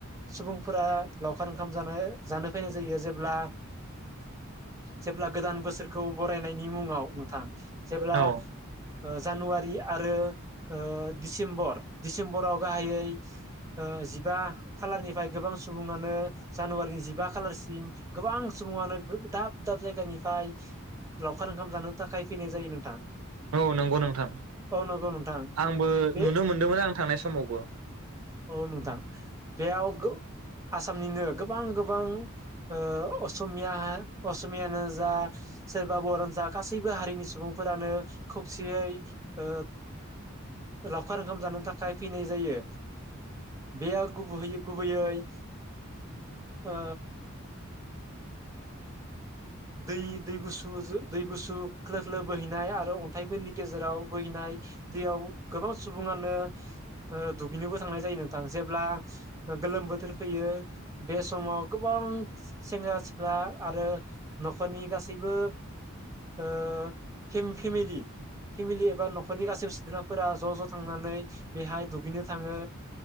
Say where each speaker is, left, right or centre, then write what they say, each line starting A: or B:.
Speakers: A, on the right (about 15°); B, on the right (about 85°).
A: सुबुंफोरा लावखार ओंखाम जानो जानो फायनाय जायो। जेब्ला जेब्ला गोदान बोसोरखौ बरायनायनि मुङाव नोंथां। जेब्ला
B: औ
A: ओ जानुवारि आरो ओ दिसेम्बर दिसेम्बराव गाहायै ओ जिबा खालारनिफ्राय गोबां सुबुङानो जानुवारिनि जिबा खालारसिम गोबां सुबुङानो गो दाब दाब जायगानिफ्राय लावखार ओंखाम जानो थाखाय फैनाय जायो नोंथां।
B: औ नंगौ नोंथां
A: औ नंगौ नोंथां।
B: आंबो
A: बे
B: नुनो मोनदोंमोन आं थांनाय समावबो
A: औ नोंथां। बेयाव गो आसामनिनो गोबां गोबां ओ असमिया अस मियानो जा सोरबा बर'आनो जा गासैबो हारिनि सुबुंफोरानो खौसेयै ओ लावखार ओंखाम जानो था थाखाय फैनाय जायो बेयाव गुबैयै गुबैयै ओ दै दै गुसु दै गुसु खोलो खोलो बोहैनाय आरो अन्थाइफोरनि गेजेराव बोहैनाय दैयाव गोबां सुबुङानो ओ दुगैनोबो थांनाय जायो नोंथां जेब्ला गोलोम बोथोर फैयो बे समाव गोबां सेंग्रा सिख्ला आरो न'खरनि गासैबो ओ फेम फेमिलि। फेमिलि एबा न'खरनि गासैबो सोद्राफोरा ज' ज' थांनानै बेहाय दुगैनो थाङो,